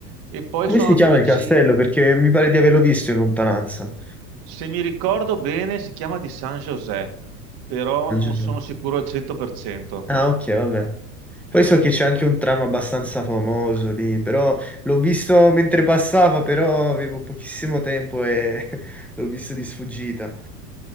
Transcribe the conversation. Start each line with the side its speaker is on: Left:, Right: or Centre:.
Right: E poi
Centre: Come
Right: sono
Centre: si
Right: andato
Centre: chiama
Right: vicino
Centre: il castello? Perché mi pare di averlo visto in lontananza.
Right: se mi ricordo bene, si chiama di San José, però
Centre: San
Right: non
Centre: Giuseppe.
Right: sono sicuro al 100%.
Centre: Ah, ok, vabbè. Poi so che c'è anche un tram abbastanza famoso lì, però l'ho visto mentre passava, però avevo pochissimo tempo e <laughs> l'ho visto di sfuggita.